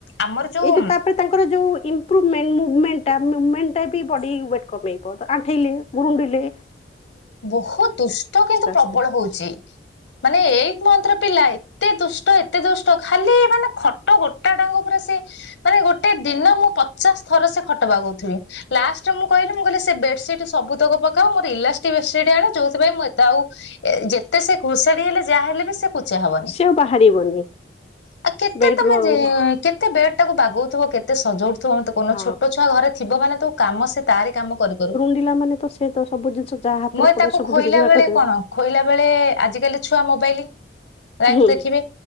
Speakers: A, on the left; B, on the left.
A: ଆମର ଯୋଉ
B: ଏଇ ଯଉ ତାପରେ ତାଙ୍କର ଯେଉଁ ଇମ୍ପ୍ରୁଭମେଣ୍ଟ ମୁଭମେଣ୍ଟ ଟା ମୁଭମେଣ୍ଟ ଟା ବି ବଡ଼ି ୱେଟ୍ କମେଇବ ଆଣ୍ଠେଇଲେ ଗରୁଣ୍ଡିଲେ
A: ବହୁତ ଦୁଷ୍ଟ କିନ୍ତୁ
B: ଆସ୍ତେ
A: ପ୍ରବଳ ହଉଛି ମାନେ ଏଇଟ୍ ମନ୍ଥର ପିଲା ଏତେ ଦୁଷ୍ଟ ଏତେ ଦୁଷ୍ଟ ଖାଲି ମାନେ ଖଟ ଗୋଟା ଡାଙ୍ଗ ପରେ ସେ ମାନେ ଗୋଟେ ଦିନ ମୁଁ ପଚାଶ ଥର ସେ ଖଟ ବାଗଉଥିବି। ଲାଷ୍ଟରେ ମୁ କିହିଲି ମୁଁ କହିଲି ସେ ବେଡସିଟ ସବୁତକ ପକାଅ ମୋର ଇଲାଷ୍ଟ ବେଡସିଟ ଆଣ ଯୋଉଥିପାଇଁ ମୁଁ ଏତେ ଆଉ ଯେତେ ସେ ଘୋଷାଡି ହେଲେ ଯାହା ହେଲେ ବି ସେ ପଚା ହବନି
B: ସେ ଆଉ ବାହାରିବନି
A: ଆଉ କେତେ
B: ବେଡ
A: ତମେ
B: ରୁ ଆଉ
A: ଯେ କେତେ ବେଡ ଟାକୁ ବାଗଉଥିବ କେତେ ସଜଉଥିବ। ତ ମୋତେ କହୁନ
B: ହଁ
A: ଛୋଟ ଛୁଆ ଘରେ ଥିବ ମାନେ ତୁ କାମ ସେ ତାରି କାମ କରୁ କରୁ।
B: ପିଲାମାନେ ତ ସେ ତ ସବୁଜିନିଷ ଯାହା ହାତରେ
A: ମୁଁ
B: ପଡିବ
A: ତାକୁ
B: ସବୁ
A: ଖୋଇଲା
B: ଭିଡିକି ବାହାର
A: ବେଳେ
B: କରିଦେବେ
A: କଣ ଖୋଇଲା ବେଳେ ଆଜିକାଲି ଛୁଆ ମୋବାଇଲ। ରାଇସ
B: ହୁଁ
A: ଦେଖିବେ